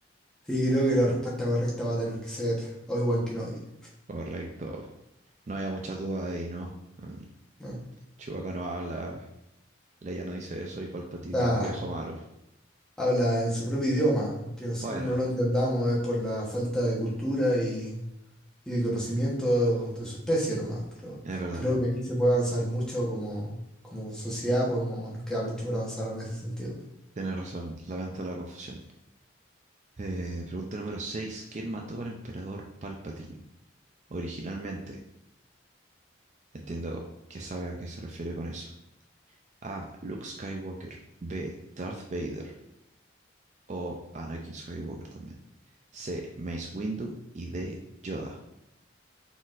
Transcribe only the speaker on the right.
Correcto. No había muchas dudas ahí, ¿no? Mm,
Chewbacca no habla. Leia no dice eso y Palpatine
es un viejo malo.
Bueno,
es verdad.
Tienes razón. Lamento la confusión. Eh, pregunta número seis ¿Quién mató al emperador Palpatine? Originalmente. Entiendo que sabe a qué se refiere con eso. A. Luke Skywalker. B. Darth Vader. O Anakin Skywalker también. C. Mace Windu. Y D. Yoda.